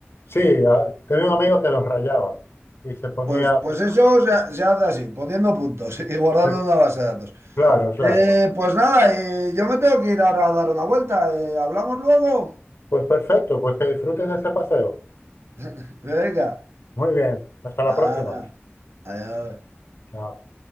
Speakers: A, on the left; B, on the right.
A: Sí,
B: Sí.
A: ah, tenía un amigo que los rayaba y se ponía...
B: Pues, pues eso se, ha- se hace así, poniendo puntos <laughs> y guardando
A: eh,
B: una base de datos.
A: Claro, claro.
B: Eh, pues nada, eh, yo me tengo que ir ahora a dar una vuelta. eh, ¿hablamos luego?
A: Pues perfecto, pues que disfrutes de ese paseo.
B: <laughs> Venga.
A: Muy bien, hasta la
B: Hala.
A: próxima.
B: Adiós.
A: Chao.